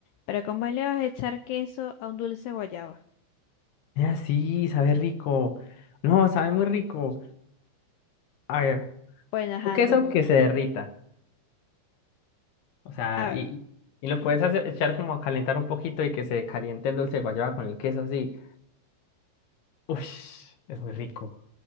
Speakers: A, on the left; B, on the left.
A: Pero ¿cómo le vas a echar queso a un dulce guayaba?
B: Ah, sí, sabe rico. No, sabe muy rico. A ver,
A: Bueno, ajá,
B: un queso
A: no.
B: que se derrita. O sea,
A: A ver.
B: y, y lo puedes hacer- echar como a calentar un poquito y que se caliente el dulce de guayaba con el queso así. Uff, es muy rico.